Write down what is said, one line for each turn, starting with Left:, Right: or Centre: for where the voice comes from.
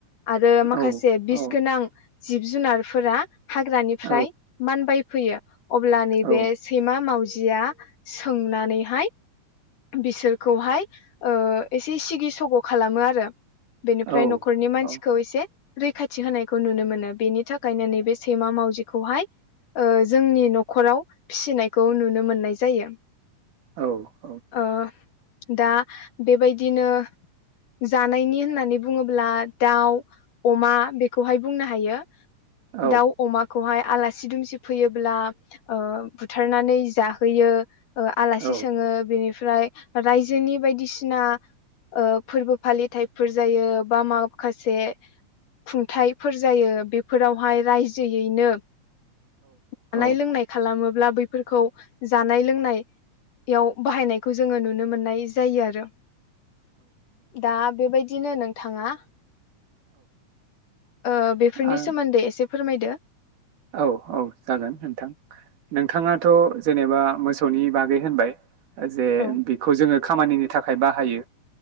Left: आरो
Right: औ
Left: माखासे बिस
Right: औ
Left: गोनां जिब जुनारफोरा हाग्रानिफ्राय
Right: औ
Left: मानबाय फैयो अब्ला नैबे
Right: औ
Left: सैमा मावजिया सोंनानैहाय बिसोरखौहाय ओ एसे सिगि सग' खालामो आरो बेनिफ्राय
Right: औ
Left: न'खरनि मानसिखौ
Right: औ
Left: एसे रैखाथि होनायखौ नुनो मोनो बेनि थाखायनो नैबे सैमा मावजिखौहाय ओ जोंनि न'खराव फिसिनायखौ नुनो मोननाय जायो।
Right: औ औ
Left: ओ दा बेबायदिनो जानायनि होननानै बुङोब्ला दाउ अमा बेखौहाय बुंनो हायो
Right: औ
Left: दाउ अमाखौहाय आला सि दुमसि फैयोब्ला ओ बुथारनानै जाहोयो ओ आलासि
Right: औ
Left: सोङो बेनिफ्राय रायजोनि बायदिसिना ओ फोरबो फालिथायफोर जायो बा माखासे खुंथाइफोर जायो बेफोरावहाय राइजोयैनो जानाय
Right: औ
Left: लोंनाय खालामो ब्ला बैफोरखौ जानाय लोंनायाव बाहायनाय खौ जोङो नुनो मोननाय जायो आरो दा बेबाय दिनो नोंथाङा ओ बेफोरनि
Right: आं
Left: सोमन्दै एसे फोरमायदो
Right: औ औ जागोन नोंथां नोंथाङाथ' जेनेबा मोसौनि बागै होनबाय ओ जे
Left: औ
Right: बेखौ जोङो खामानिनि थाखाय बाहायो